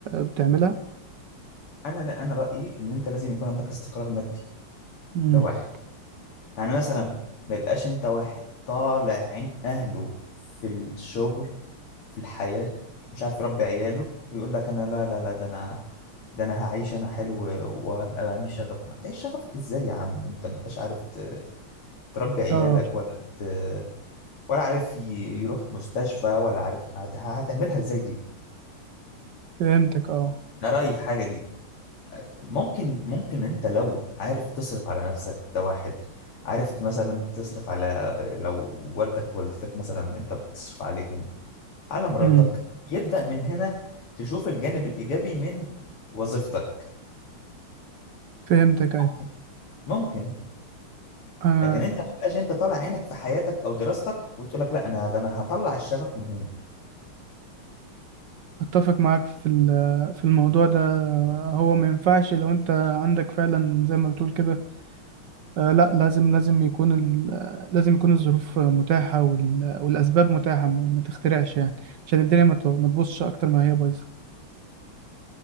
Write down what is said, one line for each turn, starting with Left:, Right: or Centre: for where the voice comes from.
Right: بتعملها
Left: انا انا رايي ان انت لازم يكون عندك استقرار مادي
Right: امم
Left: ده واحد يعني مثلا ما يبقاش انت واحد طالع عين اهله في الشغل في الحياه مش عارف يربي عياله ويقول لك انا لا لا لا ده انا ده انا هعيش انا حلو وهبقى عندي شغف هتعيش شغفك ازاي يا عم انت ما انتش عارف ت- تربي عيالك
Right: اه
Left: ولا ت... ولا عارف ي- يروح مستشفى ولا عارف هت... هتعملها ازاي دي
Right: فهمتك اه
Left: ده رايي في حاجه دي ممكن ممكن انت لو عارف تصرف على نفسك ده واحد عارف مثلا تصرف على لو والدك ووالدتك مثلا انت بتصرف عليهم على مراتك
Right: امم
Left: يبدأ من هنا تشوف الجانب الإيجابي من وظيفتك
Right: فهمتك ايوه
Left: ممكن ممكن
Right: انا
Left: لكن انت ما تبقاش انت طالع عينك في حياتك او دراستك وتقول لك لا انا ده انا هطلع الشغف من هنا
Right: اتفق معاك في ال- في الموضوع ده هو ما ينفعش لو انت عندك فعلا زي ما بتقول كده آه، لا لازم لازم يكون ال... آه، لازم يكون الظروف متاحة وال... والأسباب متاحة ما ما تخترعش يعني عشان الدنيا ما ت- ما تبوظش أكتر ما هي بايظة